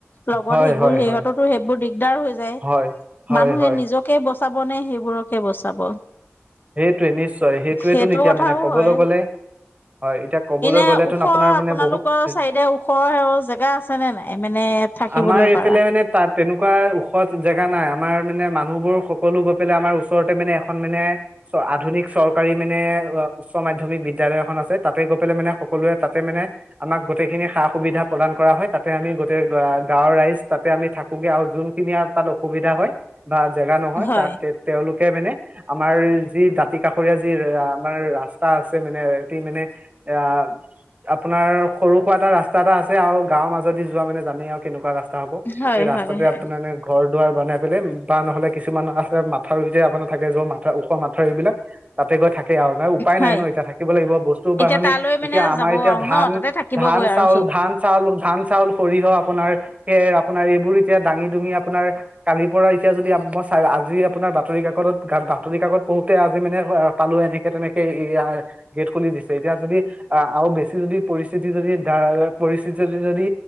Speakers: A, on the left; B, on the right.
A: লগত
B: হয়
A: সেইবোৰ
B: হয়
A: সিহঁততো
B: হয়
A: সেইবোৰ দিগদাৰ হৈ যায়,
B: হয়
A: মানুহে
B: হয় হয়
A: নিজক কে বচাব নে সেইবোৰকে বচাব।
B: সেইটোৱে নিশ্চয় সেইটোৱে
A: সেইটো
B: তোন এতিয়া
A: কথাও
B: মানে কবলৈ
A: হয়
B: গ'লে হয় এতিয়া ক'বলৈ
A: এনে
B: গ'লেতোন
A: ওখ
B: আপোনাৰ
A: আপোনালোকৰ
B: মানে বহুত
A: চাইদে ওখ ওখ স জেগা আছে নে নাই মানে থাকিবলৈ
B: আমাৰ এইফালে
A: পাৰা?
B: মানে তাত তেনেকুৱা ওখ জেগা নাই, আমাৰ মানে মানুহবোৰ সকলো গৈ পেলাই আমাৰ ওচৰতে মানে এখন মানে চ আধুনিক চৰকাৰী মানে উচ্চ মাধ্যমিক বিদ্যালয় এখন আছে তাতে গৈ পেলাই মানে সকলোৱে তাতে মানে আমাক গোটেইখিনি সা অসুবিধা প্ৰদান কৰা হয়, তাতে আমি গোটেই গাঁৱৰ ৰাইজ তাতে আমি থাকোগে আৰু যোনখিনি আৰু তাত অসুবিধা হয় বা জেগা নহয়
A: হয়,
B: তাত তেওঁলোকে মানে আমাৰ যি দাঁতিকাষৰীয়া যি আমাৰ ৰাস্তা আছে মানে তি মানে এয়া আপোনাৰ সৰু সুৰা এটা ৰাস্তা এটা আছে আও গাঁওৰ মাজদি যোৱা মানে জানেই আও কেনেকুৱা ৰাস্ তা হ'ব
A: হয়,
B: এই ৰাস্তাতে
A: হয়, হয়।
B: আপোনাৰ এনে ঘৰ দুৱাৰ বনাই পেলাই বা নহলে কিছুমান আছে মাথাউৰিতে আপোনাৰ থাকে য মাথা ওখ মাথা থাউৰি বিলাক তাতে গৈ থাকে আৰু ন উপায়
A: হয়,
B: নাই ন এতিয়া থাকিব লাগিব, বস্তু
A: এতিয়া
B: বাহনি
A: তালৈ মানে
B: এতিয়া আমাৰ
A: যাব
B: এতিয়া
A: আৰু
B: ধান
A: ন তাতে থাকিবগৈ
B: ধান চাউল
A: আৰু চব।
B: ধান চাউল, ধান, চাউল, সৰিয়হ আপোনাৰ হে আপোনাৰ এইবোৰ এতিয়া দাঙি দুুঙি আপোনাৰ কালিৰ পৰা এতিয়া যদি মই চ আজি আপোনাৰ বাতৰি কাকত বাতৰি কাকত পঢ়ুতে আজি মানে পালো এনেকে তেনেকে এইয়াৰ গেট খুলি দিছে, এতিয়া যদি আহ আৰু বেছি যদি পৰিস্থিতি যদি দা পৰিস্থিতি যদি যদি